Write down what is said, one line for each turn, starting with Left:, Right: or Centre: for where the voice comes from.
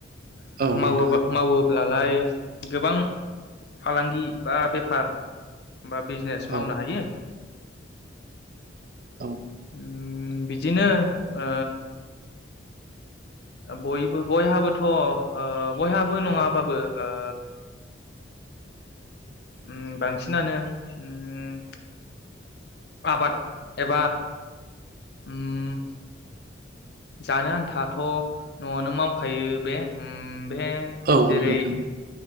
Right: औ नोंथाङा
Left: मावो-मावोब्लालाय गोबां फालांगि बा बेफार बा बिजनेस मावनो
Right: औ
Left: हायो।
Right: औ।
Left: ओम बिदिनो ओ बयबो बयहाबोथ' ओ बयहाबो नङाबाबो ओ ओम बांसिनानो ओम आबाद एबा ओम जानो आन्थाथ' न'आवनो मावखायो बे। ओम बे
Right: औ
Left: जेरै
Right: नोंथां